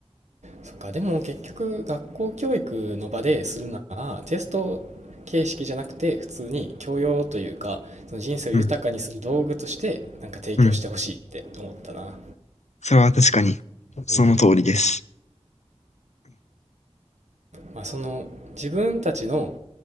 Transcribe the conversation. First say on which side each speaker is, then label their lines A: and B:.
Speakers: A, on the right (about 85°); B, on the left (about 80°).
A: そっか、でも結局学校教育の場でするなら、テスト形式じゃなくて、普通に教養というか、その人生を豊かにする道具として、
B: う
A: なんか提供してほしいって思ったな。
B: ん、うん。それは確かにその通りです。
A: うん。まあ、その自分たちの